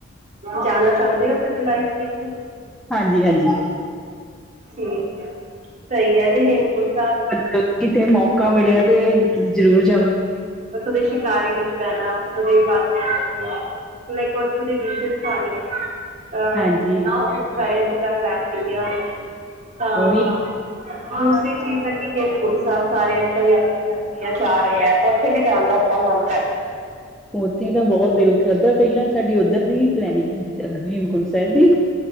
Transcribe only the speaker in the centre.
ਹਾਂਜੀ- ਹਾਂਜੀ।
ਮਤਬ ਕਿਤੇ ਮੌਕਾ ਮਿਲਿਆ ਤੇ ਜ਼ਰੂਰ ਜਾਵਾਂਗੇ।
ਹਾਂਜੀ
ਉਹੀ
ਉੱਥੇ ਤਾਂ ਬਹੁਤ ਦਿਲ ਕਰਦਾ, ਪਹਿਲਾਂ ਸਾਡੀ ਉੱਧਰ ਦੀ ਹੀ ਪਲੈਨਿੰਗ ਸੀ ਹੇਮਕੁੰਟ ਸਾਹਿਬ ਦੀ।